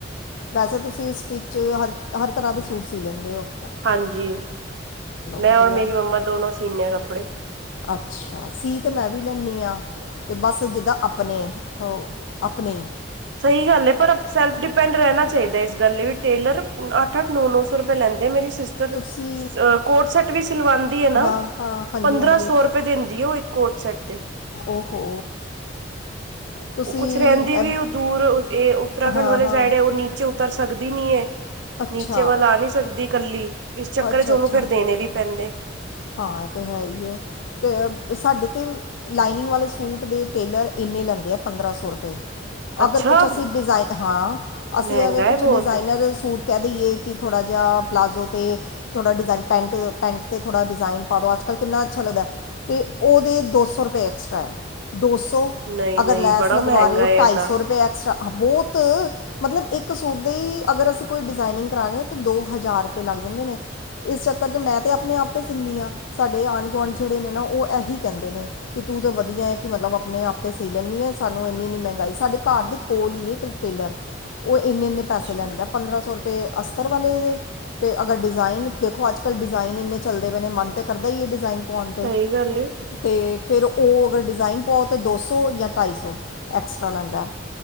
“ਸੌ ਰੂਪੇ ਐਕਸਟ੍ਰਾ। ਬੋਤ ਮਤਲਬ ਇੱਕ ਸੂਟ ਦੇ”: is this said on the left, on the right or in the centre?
Left